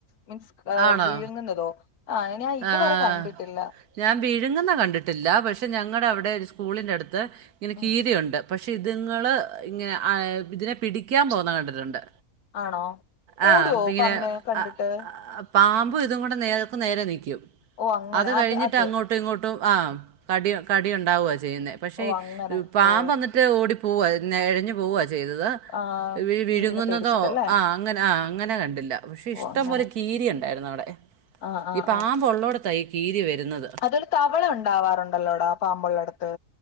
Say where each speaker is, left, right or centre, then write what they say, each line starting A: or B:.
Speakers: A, on the left; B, on the right.
A: മീൻസ്
B: ആണോ
A: വിഴുങ്ങുന്നതോ ആഹ് ഞാൻ ഇതുവരെ
B: ആഹ്
A: കണ്ടിട്ടില്ല
B: ഞാൻ വീഴുങ്ങുന്ന കണ്ടിട്ടില്ല പക്ഷെ ഞങ്ങളുടെ അവിടെ സ്കൂളിൻ ന്റെ അടുത്ത് ഇങ്ങനെ
A: ഉം
B: കീരിയുണ്ട് പക്ഷെ ഇതുങ്ങൾ ഇങ്ങനെ ഇതിനെ പിടിക്കാൻ പോന്നത് കണ്ടിട്ടുണ്ട്
A: ആണോ
B: ആഹ്
A: ഓടുവോ
B: പിങ്ങനെ
A: പാമ്പിനെ കണ്ടിട്ട്
B: അഹ് അപ് പാമ്പും ഇതും കൂടെ നേർക്ക് നേരെ നിൽക്കും
A: ഓ അങ്ങനെ
B: അത് കഴിഞ്ഞിട്ട്
A: അത്
B: അങ്ങോട്ട് രണ്ടും ഇത് രണ്ടും കടി ഉണ്ടാകുവാണ് ചെയ്യുന്നത്
A: ഓ അങ്ങനെ
B: പാമ്പ്
A: ഓ
B: ഓടിപ്പോകും പോവ ഇഴഞ്ഞു പോവ ചെയ്തത്
A: ആഹ് കീരിനെ
B: വിഴങ്ങുന്നതോ
A: പേടിച്ചിട്ടല്ലേ
B: ആഹ് അങ്ങനെ ആഹ് അങ്ങനെ കണ്ടില്ല പക്ഷേ
A: ഓ
B: ഇഷ്ടം
A: അങ്ങനെ
B: പോലെ കീരി ഉണ്ടായിരുന്നു അവിടെ
A: ആഹ് ആഹ്
B: ഈ പാമ്പ്
A: ആഹ്
B: ഉള്ളോടത്താ ഈ കീരി വരുന്നത്
A: അതൊരു തവള ഉണ്ടാവാറുണ്ടല്ലോടാ പാമ്പുള്ളടത്ത്